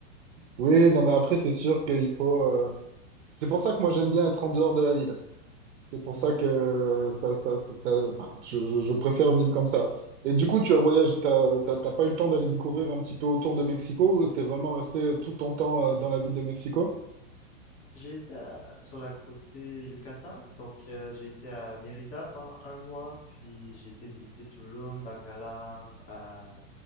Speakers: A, on the right; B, on the left.
A: Oui, non, mais après, c'est sûr qu'il faut... euh, C'est pour ça que moi, j'aime bien être en dehors de la ville. C'est pour
B: Hmm.
A: ça que ça, ça, ça, ça- enfin, je, je, je préfère vivre comme ça. Et du coup, tu as voyagé, t'as, t'as, t'as pas eu le temps d'aller découvrir un petit peu autour de Mexico ou t'es vraiment resté tout ton temps euh, dans la ville de Mexico?
B: J'ai été à- sur la côte Yucatan, donc euh, j'ai été à Mérida pendant un mois, puis j'ai été visiter Tulum, Bacalar, euh,